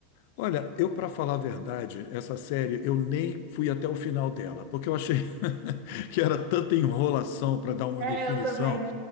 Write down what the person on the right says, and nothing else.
É,
eu também.